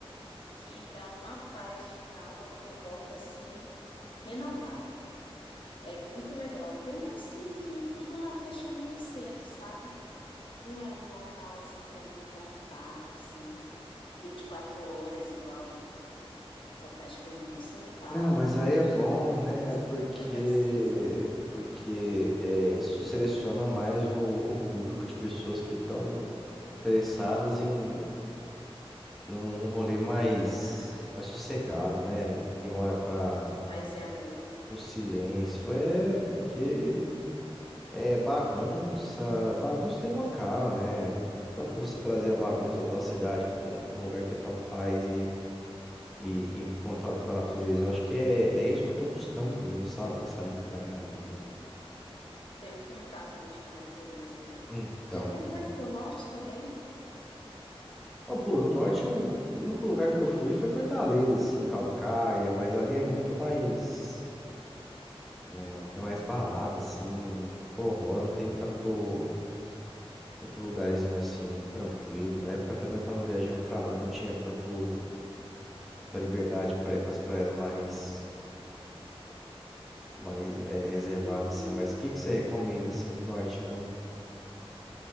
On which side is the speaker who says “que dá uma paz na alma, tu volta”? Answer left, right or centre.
Left